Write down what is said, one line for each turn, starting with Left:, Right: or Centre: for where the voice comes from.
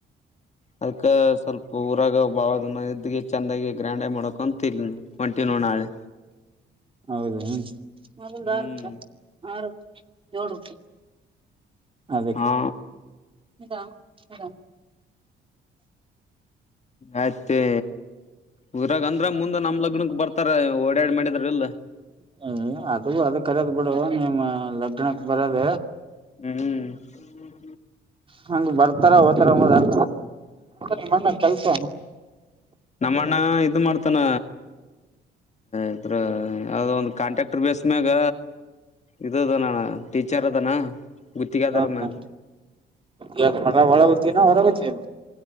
Left: ಅದಕ್ಕ ಸ್ವಲ್ಪ ಊರಾಗ ಬಾಳ ದಿನ ಇದ್ದಗ ಚೆಂದಾಗಿ ಗ್ರ್ಯಾಂಡಾಗಿ ಮಾಡಕೊಂತ ಇ ಒಂಟಿ ನೋ ನಾಳೆ.
Right: ಹೌದ ಅದಾದ ಆರುಪೆ
Left: ಹ್ಮ್
Right: ಆರು ಯೋಳ್ರುಪೆ. ಅದಕ್ಕೆ
Left: ಹಾ
Right: ಇದ ಇದ
Left: ಆಯ್ತೆ. ಊರಾಗ ಅಂದ್ರ ಮುಂದೆ ನಮ್ ಲಗ್ನಕ್ ಬರ್ತಾರ ಓಡಾಡಿ ಮಾಡಿದ್ರ ಇಲ್.
Right: ನೀ ಅದು ಅದ ಕರೇದ್ ಬಿಡು ನಿಮ್ಮ ಲಗ್ನಕ್ ಬರದ.
Left: ಹ್ಮ್
Right: ಹಂಗ ಬರ್ತಾರ ಹೋತಾರ <inaudible> ಏನ್ ಮಾಡ್ತಾನ ನಿಮ್ ಅಣ್ಣ ಕೆಲ್ಸ.
Left: ನಮ್ಮಣ್ಣ ಇದ ಮಾಡ್ತಾನ ಇದ್ರ ಯಾವ್ದೋ ಒಂದ ಕಾಂಟ್ರ್ಯಾಕ್ಟರ್ ಬೇಸ್ ಮ್ಯಾಗ ಇದುದ ನ ಟೀಚರ್ ಅದನ ಗುತ್ತಿಗೆ ಅದಾರ
Right: ಹಾ
Left: ಮ್ಯಾಗ
Right: ಹಾ ಯ ಮ ಒಳಗತನ ಹೊರಗತಿಯನ